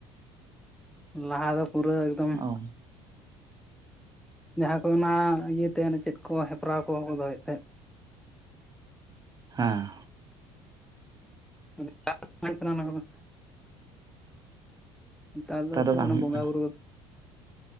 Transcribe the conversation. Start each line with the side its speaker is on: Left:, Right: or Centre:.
Centre: ᱞᱟᱦᱟ ᱫᱚ ᱯᱩᱨᱟᱹ ᱮᱠᱫᱚᱢ,
Right: ᱚ
Centre: ᱡᱟᱸᱦᱟ ᱠᱚ ᱚᱱᱟ ᱤᱭᱟᱹ ᱛᱮ ᱪᱮᱫ ᱠᱚ ᱦᱮᱯᱨᱟᱣ ᱠᱚ ᱫᱚᱦᱚᱭᱮᱫ ᱛᱟᱸᱦᱮᱫ ᱾
Right: ᱦᱮᱸ ᱾
Centre: <unintelligible> ᱚᱱᱟ ᱠᱚᱫᱚ, ᱱᱮᱛᱟᱨ ᱫᱚ ᱥᱮ
Right: ᱵᱟᱝ
Centre: ᱠᱳᱱᱳ
Right: ᱦᱩᱭᱩᱜ
Centre: ᱵᱚᱸᱜᱟ
Right: ᱠᱟᱱᱟ
Centre: ᱵᱩᱨᱩ